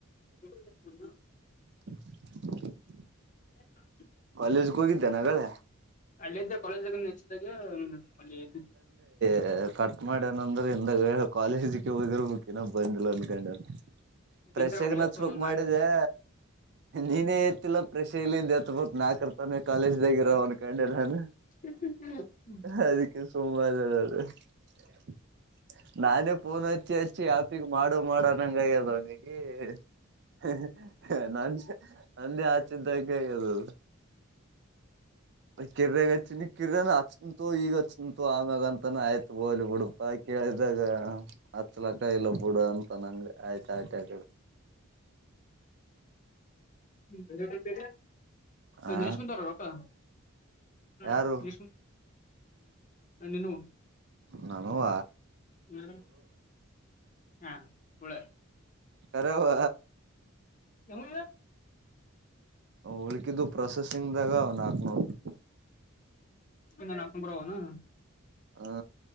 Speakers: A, on the left; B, on the right.
A: <unintelligible>
B: <unintelligible>
A: <unintelligible>
B: ಲೇಜ್ಗ್ ಹೋಗಿದ್ದೇನ್ ಅಗಳೆ.
A: ಅಲ್ಲಿಂದ ಕಾಲೇಜಗನ್ ನೆಚ್ತೆ ಗೇಮ್ ವಲ್ಲೀಕ್ರಿಮ್.
B: ಏ ಕಟ್ ಮಾಡೆನಂದ್ರೆ ಇಂದಗಡೆ ಕಾಲೇಜಿಸಿಕ್ಕಿ ಹೋಗಿರ್ಬೇಕ್ ಇನ್ನ ಬಂದಿಲ್ಲ ಅನ್ಕಡ್ಯಾರ್
A: ಟೀಚರ್
B: ಪ್ರಷಗನಚ್ಬೇಕ್
A: ಹೋಗ್ಲಪ್ಪ ನಾಕ್
B: ಮಾಡಿದೇ ನೀನೇನ್ ತಿಲ್ಲ. ಪ್ರಶೀಲಿನ್ ಎತ್ಬೇಕ್ ನಾ ಕರ್ತಾನೆ ಕಾಲೇಜ್ ಲೆಗಿರಮನ್ ಕಂಡೆ ಇಲ್ಲಾ ಅಂದ್ರೆ.
A: ಹ್ಮ್ ಹ್ಮ್ ಹ್ಮ್.
B: ಹಾದಿಕ್ಕೆ ಸೋಮುವಾರ್ ಇರದ. <unintelligible> ನಾನೇ ಫೋನ್ ಹಚ್ಚಿ ಹಚ್ಚಿ ಯಾಪಿಗ್ ಮಾಡು ಮಾಡು ಅನಂಗ್ ಆಗ್ಯಾದ್ ಅವ್ನಿಗೆ. ಏ ಹಹ್ ಹ್ ನಾನ್ಸೆ ನಂದೇ ಆಚಿದ್ದಕ್ ಅಗೇದದು. ಕಿರ್ಯಗ್ ಅಚಿನಿ ಕಿರ್ಯನ. ತೂ ಈಗ ಚಂತು ಆಮ್ಯಾಗ ಅಂತಾನ ಆಯ್ತ್ ಓಲಿ ಬುಡುಪಾಕೆ ಕೇಳಿದಾಗಾ. ಮತ್ಲಕ್ಕ ಇಲ್ಲ ಬಿುಡು ಅಂತ ನಂಗ ಆಯ್ತಾ ಆಟ ಆಕ
A: <unintelligible> ಹ
B: ಆ
A: <inaudible> ಹ್ಮ
B: ಯಾರು
A: ವಿಷ್ಣು ನಿನು
B: ನಾನೂವ
A: ನ ಹಾ ಹೇಳು
B: ಕರವು
A: ನಮ್ಮ
B: ಉಳಕಿದ್ದುಪ್ಪ ಪ್ರೊಸೆಸಿಂಗ್ದಾಗ ಒ ನಾಲ್ಕನೂರು
A: ಇ ನಾ ಸಂಂಬ್ರನು
B: ಹಾ